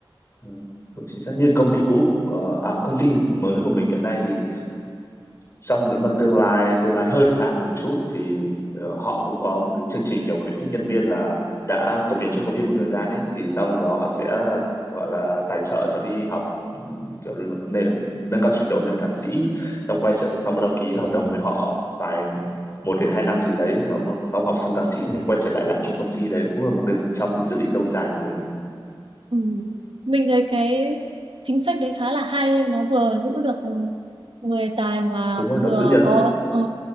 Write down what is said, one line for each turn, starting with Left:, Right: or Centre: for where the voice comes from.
Left: Ừ. Cũng chính xác như công ty cũ ờ, à công ty mới của mình hiện nay thì xong nếu mà tương lai tương lai hơi xa một chút thì ờ, họ cũng có một cái chương trình kiểu khuyến khích nhân viên là đã cống hiến cho công ty một thời gian ấy thì sau đó họ sẽ gọi là tài trợ cho đi học ừm, kiểu nâng, nâng cao trình độ lên thạc sĩ xong quay trở xong bắt đầu ký hợp đồng với họ vài một đến hai năm gì đấy xong xong học xong thạc sĩ nên quay trở lại làm cho công ty đấy cũng là một cái trong những dự định lâu dài của mình
Right: Ừ. Mình thấy cái chính sách đấy khá là hay nó vừa giữ được người tài mà
Left: đúng rồi
Right: vừa
Left: nó giữ nhân
Right: có ờ,